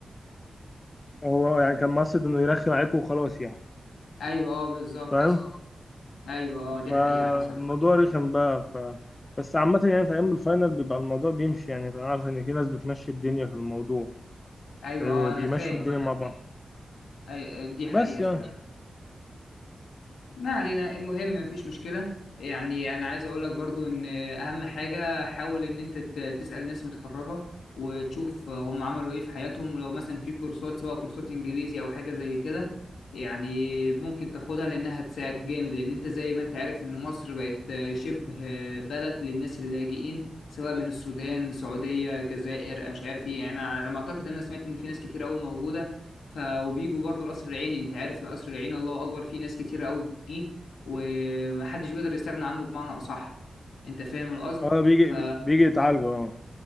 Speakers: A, on the left; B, on the left.
A: هو يعني كان مقصد انه يرخم عليكم وخلاص يعني
B: ايوه اه بالظبط
A: فاهم؟
B: ايوه اه دي
A: فالموضوع
B: حقيقة حصلت
A: رخم بقى ف بس عامة يعني في أيام الفاينل بيبقى الموضوع بيمشي يعني أنا عارف إن في ناس بتمشي الدنيا في الموضوع
B: ايوه
A: إيه،
B: اه
A: بيمشوا
B: انا فاهم
A: الدنيا مع بعض
B: أيوة آه، دي حقيقة
A: بس يعني
B: فعلا ما علينا المهم مفيش مشكلة يعني أنا عايز أقول لك برضو إن أهم حاجة حاول إن أنت ت- تسأل ناس متخرجة وتشوف هم عملوا إيه في حياتهم ولو مثلا في كورسات سواء كورسات إنجليزي أو حاجة زي كده يعني ممكن تاخدها لأنها هتساعد جامد لأن أنت زي ما أنت عارف إن مصر بقت شبه بلد للناس اللاجئين سواء من السودان، السعودية، الجزائر، أنا مش عارف إيه يعني أنا على ما أعتقد أنا سمعت إن في ناس كتير أوي موجودة ف وبيجوا برضو القصر العيني انت عارف القصر العيني الله اكبر فيه ناس كتيره قوي فيه ومحدش بيقدر يستغنى عنه بمعنى اصح انت فاهم القصد
A: اه بيجي
B: ف
A: بيجي يتعالجوا اه